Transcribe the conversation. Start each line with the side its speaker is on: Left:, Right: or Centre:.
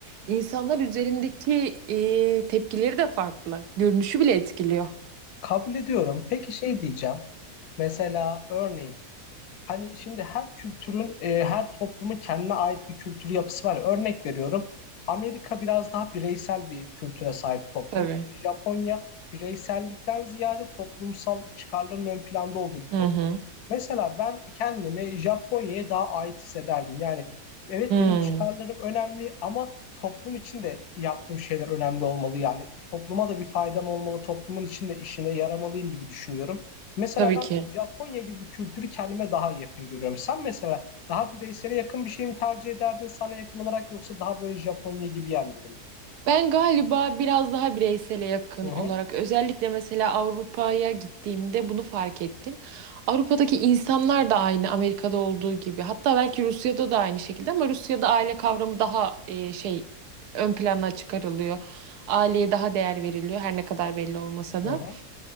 Right: İnsanlar üzerindeki e, tepkileri de farklı. Görünüşü bile etkiliyor.
Left: Kabul ediyorum. Peki şey diyeceğim. Mesela örneğin Hani şimdi her kültürün, e, her toplumun kendine ait bir kültür yapısı var. Örnek veriyorum. Amerika biraz daha bireysel bir kültüre sahip toplum.
Right: Tabii.
Left: İşte Japonya bireysellikten ziyade toplumsal çıkarların ön planda olduğu bir toplum.
Right: Hı hı.
Left: Mesela ben kendimi Japonya'ya daha ait hissederdim. Yani evet
Right: Hı.
Left: benim çıkarlarım önemli ama toplum için de yaptığım şeyler önemli olmalı. Yani topluma da bir faydam olmalı, toplumun içinde işine yaramalıyım gibi düşünüyorum. Mesela
Right: Tabii
Left: ben
Right: ki.
Left: Japonya gibi bir kültürü kendime daha yakın görüyorum. Sen mesela daha bireysele yakın bir şey mi tercih ederdin sana yakın olarak yoksa daha böyle Japonya gibi yerleri mi?
Right: Ben galiba biraz daha bireysele yakın
Left: Hı
Right: olarak
Left: hı.
Right: özellikle mesela Avrupa'ya gittiğimde bunu fark ettim. Avrupa'daki insanlar da aynı Amerika'da olduğu gibi. Hatta belki Rusya'da da aynı şekilde ama Rusya'da aile kavramı daha e, şey ön plana çıkarılıyor. Aileye daha değer veriliyor her ne kadar belli olmasa da.
Left: Hı hı.